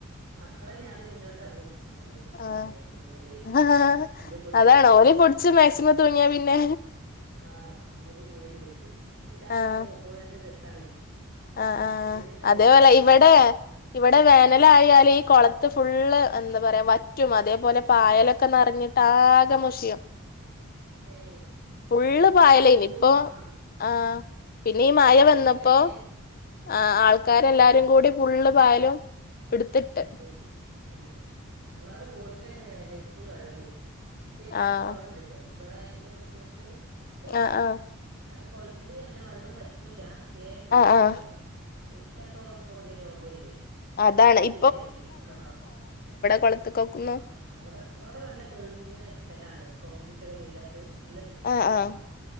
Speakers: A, on the right; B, on the left.
A: മക്കളെന്നെ ആദ്യം മുന്നോട്ട് ഇറങ്ങും നമുക്ക് തോട്ട് പോവല്ലേ
B: ആഹ്
A: തോട്ട് പോവല്ലേ ചോയ്ച്
B: ആഹ്
A: ശല്യ പെട്തലൊട്ങ്ങും
B: അതാണ് ഓല് പൊടിച്ച് മാക്സിമം തൂങ്ങിയാ പിന്നെ
A: ആഹ് നമ്മക്ക് പോയല് പറ്റൂ പിന്നെ എല്ലാരും
B: ആഹ്
A: ഉണ്ട് അപ്പ നല്ല രസാണ്
B: ആഹ് ആഹ്
A: കുട്ടികൾക്കൊക്കെല്ല
B: അതേപോലെ
A: ഇഷ്ടാണതേ
B: ഇവിടെ
A: ആഹ്
B: ഇവിടെ വേനലായാല് ഈ കൊളത്ത് ഫുള്ള് എന്താ പറയാ വറ്റ് റ്റും അതേപോലെ പായലൊക്കെ നിറഞ്ഞിട്ട് ആകെ മുഷിയും
A: ഏഹ്
B: ഫുള്ള്
A: ഞങ്ങളവിടെ
B: പായലേനി
A: തോ
B: ഇപ്പൊ
A: ആഹ്
B: ആഹ് പിന്നെ ഈ മഴ
A: തോട്ടില്
B: വന്നപ്പോ
A: വേ ആഹ്
B: ആ ആൾക്കാരെല്ലാരും കൂടി ഫുള്ള് പായലും എടുത്തിട്ട്
A: ഉം പോക്കി ഉം ഞങ്ങളടെ തോട്ടിലങ്ങനെ വേനൽക്ക് വെള്ളം വറ്റും പക്ഷെ ഇവിടെ
B: ആഹ്
A: കൊളംണ്ട്ട്ടോ ഇവിടെ ഞെ കെട്ടിച്ചോട്ത്ത് കുളംണ്ട്
B: ആഹ് ആഹ്
A: അവിടെ കൊള്ത്തില് അങ്ങനെ വള്ളം വറ്റൂല പക്ഷെ ഒയ്ക്ക്ണ്ടാവുല
B: ആഹ് ആഹ്
A: ഒഴിക്കില്ലാത്തോളം ആക്മ്പോ പലേ രോഗൊല്ലേ
B: അതാണ് ഇ
A: ല്ലെര്ന്നു ആ
B: കൊളത്ത്ക്കൊന്നും
A: അ ആടെ ആടെ നല്ല തെളഞ്ഞ സ്ഥലാണ് കോൺക്രീറ്റ് ഒക്കെ ചെയ്താട്ട് നല്ല വൃത്തിള്ള
B: ആഹ് ആഹ്
A: കൊളാ